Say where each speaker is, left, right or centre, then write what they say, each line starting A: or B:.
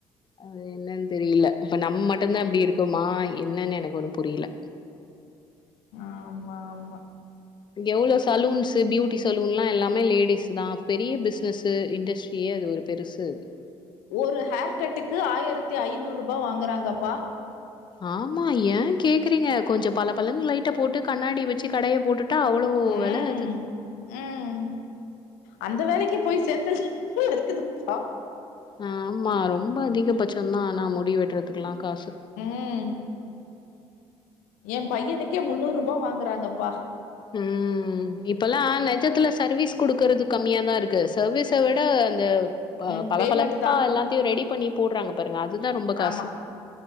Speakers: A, on the left (about 30°); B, on the left (about 70°).
A: அது என்னன் தெரியில இப்ப நம்ம மட்டுந்தா இப்டி இருக்கோமா என்னன்னு எனக்கு ஒன்னும் புரியில
B: ஆமா ஆமா
A: எவ்ளோ சலூன்ஸு பியூட்டி சலூன்லா எல்லாமே லேடிஸுதா பெரிய பிசினஸு இண்டஸ்ட் ஈயே அது ஒருப் பெருசு அது
B: ஒரு ஹேர் கட்டுக்கு ஆயிரத்தி ஐநூறுபா வாங்கறாங்கப்பா
A: ஆமா ஏங் கேக்குறீங்க கொஞ்சப் பல பலன் லைட்டப் போட்டு கண்ணாடி வெச்சி கடையப் போட்டுட் டா அவ்ளோ
B: ம்
A: வெல அது
B: ம் அந்த வேலைக்கு போய் சேந்தல் சூ இருக்குதுப்பா
A: ஆ ஆம்மா ரொம்ப அதிகபட்சந்தா ஆனா முடி வெட்டுறதுக்குலா காசு
B: ம் எம் பையனுக்கே முன்னூறுபா வாங்கறாங்கப்பா
A: ம் ம் இப்பல்லா நெஜத்துல சர்வீஸ் குடுக்கறது கம்மியாதா இருக்கு சர்வீஸ விட அந்த ப
B: ம்
A: பள
B: பேமெண்ட்
A: பளப்பா
B: தா
A: எல்லாத்தையு ரெடிப் பண்ணி போட்றாங்க பாருங்க அதுதா ரொம்ப காசு
B: ஆமா